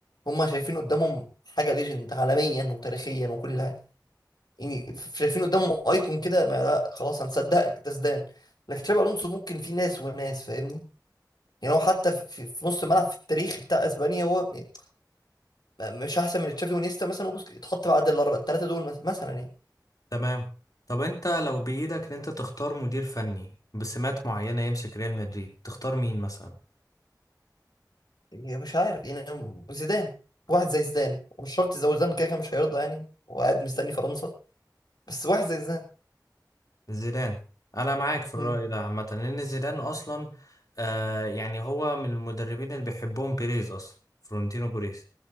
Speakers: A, on the left; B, on the left.
A: هم شايفين قدامهم حاجه ليجند عالميا وتاريخيا وكل حاجه يعني شايفين قدامهم ايكون كده ما لا خلاص هنصدقك ده زيدان لكن تشابي الونسو ممكن في ناس وناس فاهمني يعني هو حتى في, في نص الملعب في التاريخ بتاع اسبانيا هو يعني مش احسن من تشافي ونيستا مثلا وبوسكيتس يتحط بعد الثلاثه دول مث- مثلا يعني.
B: تمام طب أنت لو بإيدك إن أنت تختار مدير فني بسمات معينة يمسك ريال مدريد تختار مين مثلا؟
A: يعني مش عارف يعني زيدان واحد زي زيدان ومش شرط زي زيدان كده كده مش هيرضى يعني وقاعد مستني فرنسا بس واحد زي زيدان
B: زيدان انا معاك في الرأي
A: مم.
B: ده عامة لان زيدان اصلا آه يعني هو من المدربين اللي بيحبهم بيريز اصلا فرونتينو بيريز